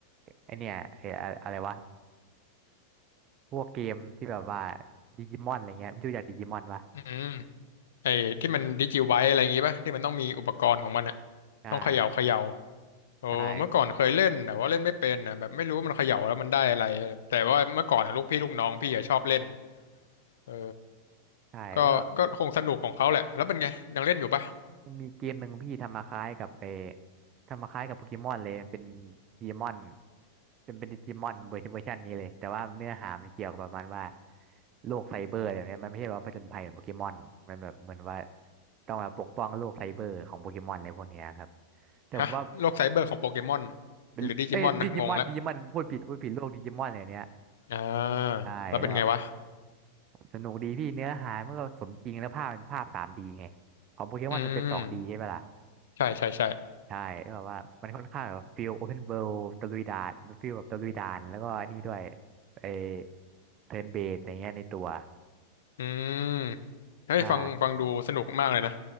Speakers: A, on the right; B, on the left.
A: ไอเนี่ยไอ้อะอะไรวะพวกเกมที่แบบว่าดิจิมอนอะไรเงี้ยไม่รู้จักดิจิมอนปะ
B: อืมไอ้ที่มันดิจิไวอะไรอย่างงี้ป่ะที่มันต้องมีอุปกรณ์ของมันอ่ะ
A: ใช่ว
B: ต้องเขย่าเขย่า โอ้เมื่อก่อนเคยเล่นแต่ว่าเล่นไม่เป็นนะแบบไม่รู้มันเขย่าแล้วมันได้อะไรแต่ว่าเมื่อก่อนอะลูกพี่ลูกน้องพี่อะชอบเล่น
A: ใช่
B: เออ
A: ใช่แล้ว
B: ก็ก็คงสนุกของเขาแหละแล้วเป็นไงยังเล่นอยู่ปะ
A: มันมีเกมหนึ่งพี่ทำมาคล้ายกับเออทำมาคล้ายกับโปเกมอนเลยเป็นดีมอนจนเป็นดิจิมอนเวอร์เวอร์ชันนี้เลยแต่ว่าเนื้อหามันเกี่ยวกับประมาณว่าโลกไซเบอร์อะไรแบบเนี้ยมันไม่ใช่ว่าผจญภัยเหมือนโปเกมอนมันแบบเหมือนว่าต้องมาปกป้องโลกไซเบอร์ของโปเกมอนอะไรพวกเนี้ยครับแต่ผมว่า
B: ฮะโลกไซเบอร์ของโปเกมอน
A: เป็นเอ้ยดิจิมอนดิจิมอนพูดผิดพูดผิดโลกดิจิมอนอะไรเนี้ย
B: หรือดิจิมอนนะงงละอ่า
A: ใช่แล้ว
B: แล้วเป็นไงวะ
A: สนุกดีพี่เนื้อหามันก็สมจริงแล้วภาพเป็นภาพ 3D ไงของโปเกมอนมันเป็น
B: อืม
A: 2D ใช่ไหมล่ะ
B: ใช่ใช่ใช่
A: ใช่แล้วแบบว่ามันค่อนข้างแบบฟิลโอเพนเวิลด์ตะลุยด่านฟิลแบบตะลุยด่านแล้วก็อันนี้ด้วยไอเทิร์นเบสอะไรเงี้ยในตัว
B: อืมเฮ้ยฟังฟังดูสนุกมากเลยนะ
A: ใช่